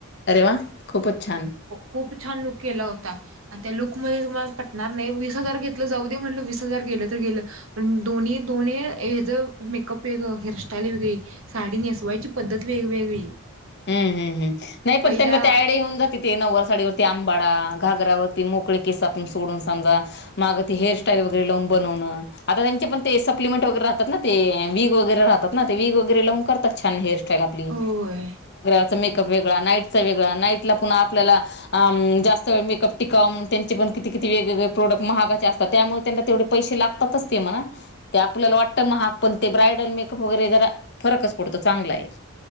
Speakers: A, on the left; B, on the right.
A: अरे वा खूपच छान!
B: खूप छान लुक केला होता आणि त्या लुकमध्ये तुमाला पटणार नइ वीस हजार घेतलं जाऊ दे म्हटलं वीस हजार गेलं तर गेलं हम दोनी दोनी अ हेजं मेकअप वेगळं हेरस्टाईल वेगळी साडी नेसवायची पद्धत वेगवेगळी
A: हम् हम् हम् नाई
B: पहिल्या
A: पण त्यांना ते आयडिया येऊन जाती ते नउवार साडीवरती आंबाडा घागरावरती मोकळे केस आपण सोडून समजा माग ते हेरस्टाईल ते लाउन बनवन आता तेंचे पण ते सप्लिमेंट वैगेरे राहतात ना ते विग वैगेरे राहतात ना ते विग वेगेरे लावुन करतात छान हेरस्टाईल आपली
B: होय
A: चा मेकप वेगळा नाईट चा वेगळा नाईटला पुन्हा आपल्याला अम जास्त वेळ मेकअप टिकावा म्हनुन त्यांचे प किती कीती वेगवेगळे प्रोडक महागाचे असतात त्यामुळ तेना तेवडे पैशे लागतातच ते म्हणा महाग पण ते ब्रायडल मेकअप वगैरे जरा अ फरकच पडतो चांगलाय